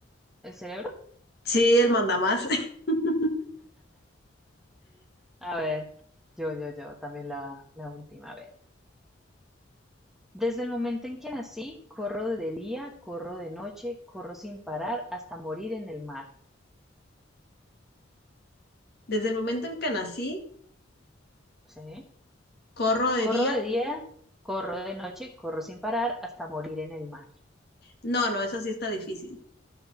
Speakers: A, in the centre; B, on the left.
A: el cerebro.
B: Sí, el mandamás. <laughs>
A: A ver, yo, yo, yo, también la, la última. A ver. Desde el momento en que nací, corro de día, corro de noche, corro sin parar hasta morir en el mar.
B: Desde el momento en que nací,
A: ¿Sí?
B: corro de
A: Corro
B: día.
A: de día, corro de noche, corro sin parar hasta morir en el mar.
B: No, no, eso sí está difícil.